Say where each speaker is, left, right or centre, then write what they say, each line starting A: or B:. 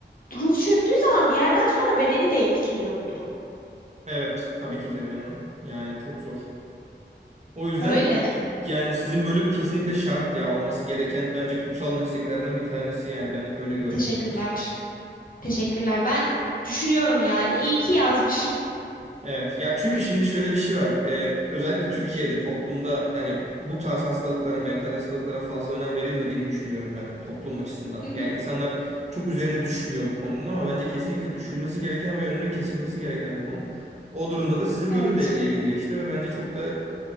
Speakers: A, on the left; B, on the right.
A: ruh çöktüğü zaman bir yerden sonra bedeni de etkiliyor bu durum.
B: Evet, tabii ki de canım. Yani çok zor. O yüzden
A: Öyle.
B: yani sizin bölüm kesinlikle şart ya. Olması gereken bence kutsal mesleklerden bir tanesi yani. Ben hep öyle görmüşümdür.
A: Teşekkürler. Teşekkürler. Ben düşünüyorum yani. İyi ki yazmışım.
B: Evet ya çünkü şimdi şöyle bir şey var. Ee, özellikle Türkiye'de toplumda hani bu tarz hastalıklara, mental hastalıklara fazla önem verilmediğini düşünüyorum ben toplum açısından.
A: Hı hı.
B: Yani insanlar çok üzerine düşmüyor bu konunun ama bence kesinlikle düşülmesi gereken ve önünün kesilmesi gereken bir konu. O durumda da sizin
A: Evet.
B: bölüm devreye giriyor işte ve bence çok da